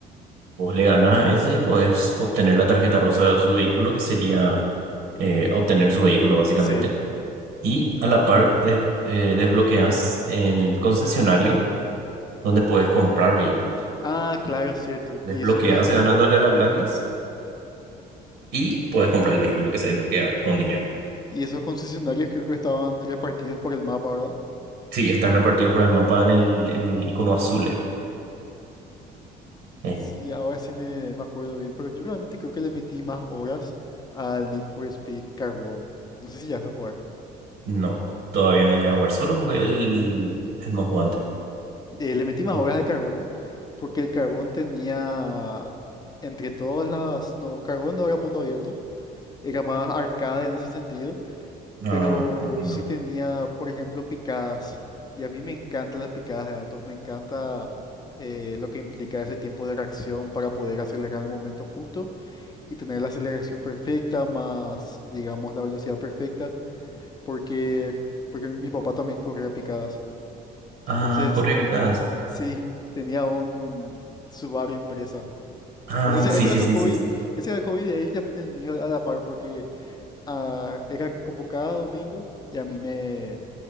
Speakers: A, on the right; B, on the left.
A: Vos le ganas a ese y podés obtener la tarjeta rosa de su vehículo, que sería eh, obtener su vehículo básicamente.
B: Sí.
A: Y a la par de- eh, desbloqueas el concesionario donde puedes comprar vehículos.
B: Ah,
A: entonces
B: claro, cierto.
A: Desbloqueas
B: Y esos con...
A: ganándole a la Blacklist y puedes comprar el vehículo que se desbloquea ahora con dinero.
B: Y esos concesionarios creo que estaban repartidos por el mapa, ¿verdad?
A: Sí, están repartidos por el mapa en el, en el icono azul, era. En-
B: Sí, ahora sí me, me acuerdo bien, pero yo realmente creo que le metí más horas al Need for Speed Carbón. No sé si ya a jugar.
A: no, todavía no he llegado a jugar. Solo jugué el, el Most Wanted.
B: Eh, le metí más
A: Ok.
B: horas de carbón porque el carbón tenía, entre todas las... No, carbón no era mundo abierto, era más arcade en ese sentido.
A: No,
B: pero
A: entiendo.
B: sí tenía, por ejemplo, picadas. Y a mí me encantan las picadas de autos, me encanta eh, lo que implica ese tiempo de reacción para poder acelerar en el momento justo y tener la aceleración perfecta más, digamos, la velocidad perfecta, porque, porque mi papá también corría picadas.
A: Ah,
B: Entonces,
A: corre eficaz.
B: sí, tenía un Subaru Impreza.
A: Ah,
B: Ese,
A: sí,
B: ese
A: sí,
B: era su
A: sí,
B: hobby,
A: sí, sí.
B: ese era el hobby de él también el mío a la par, porque ah, era como cada domingo y a mí me...